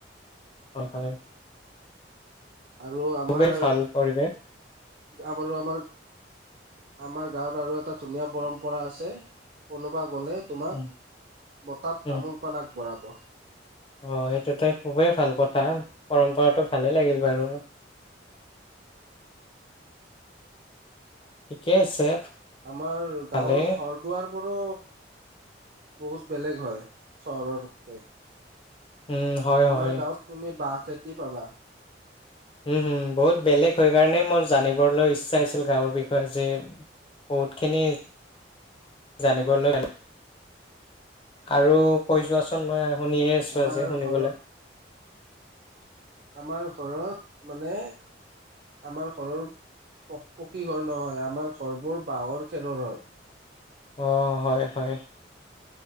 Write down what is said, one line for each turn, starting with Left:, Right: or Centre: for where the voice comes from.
Left: হয় হয়
Right: আৰু আমাৰ
Left: খুবেই ভাল পৰিৱেশ
Right: আমাৰো আমাৰ আমাৰ গাঁৱত আৰু এটা ধুনীয়া পৰম্পৰা আছে, কোনোবা- গ'লে তোমাক
Left: উম,
Right: বতাত
Left: উম,
Right: তামোল পাণ আগবঢ়াব।
Left: অ এইটো ত খুবেই ভাল কথা। পৰম্পৰাটো ভালেই লাগিল বাৰু। ঠিকেই আছে।
Right: আমাৰ গাঁৱৰ
Left: ভালে
Right: ঘৰ দুৱাৰ পৰা টো বহুত বেলেগ হয় চহৰৰ <unintelligible>
Left: উম, হয়,
Right: আমাৰ
Left: হয়,
Right: গাঁৱত তুমি বাঁহ খেতি পাবা।
Left: উম হম বহুত বেলেগ হৈ কাৰণে মোৰ জানিবলৈ ইচ্ছা আছিল গাঁৱৰ বিষয়ে যেি বহুত খিনি জানিবলৈ আৰু কৈ যোৱাচোন মই শুনিয়ে আছো
Right: আমাৰ
Left: আজি শুনিবলৈ
Right: ঘৰৰ আমাৰ ঘৰত মানে আমাৰ ঘৰৰ প পকী ঘৰ নহয় আমাৰ ঘৰবোৰ বাঁহৰ খেৰৰ হয়
Left: আহ হয় হয়